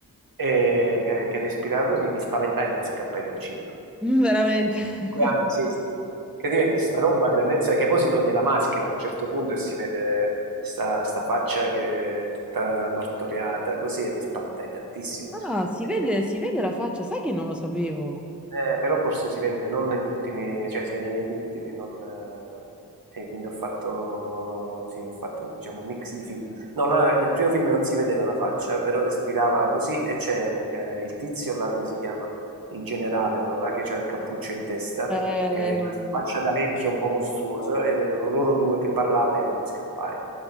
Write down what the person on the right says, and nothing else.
E che, che respirava così, mi spaventai e me ne scappai dal cinema.
Cinque
anni, sì, sì, sì. Che diventi sta roba a grandezza che poi si toglie la maschera a un certo punto e si vede sta, sta faccia che è tutta martoriata, così e mi spaventai tantissimo.
Eh,
eh, però forse si vede non negli ultimi, cioè si vede negli ultimi, non, eh, sì, quindi ho fatto, sì, ho fatto diciamo, un mix di film. No, là, nel primo film non si vedeva la faccia, però respirava così e c'è eh, il tizio là, come si chiama? Il generale, quello là che c'ha il cappuccio in testa,
che è
questa faccia da vecchio un po' mostruoso, ed erano loro due che parlavano e me ne scappai.